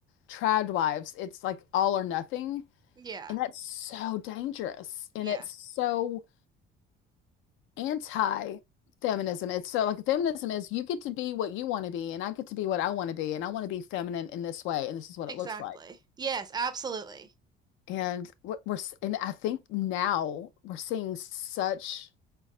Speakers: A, on the left; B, on the right.
A: trad wives, it's like all or nothing,
B: Yeah,
A: and that's so dangerous and
B: yeah,
A: it's so anti-feminism. It's so like feminism is you get to be what you want to be and I get to be what I want to be and I want to be feminine in this way and this is what
B: exactly.
A: it looks like.
B: Yes, absolutely.
A: And what we're and I think now we're seeing such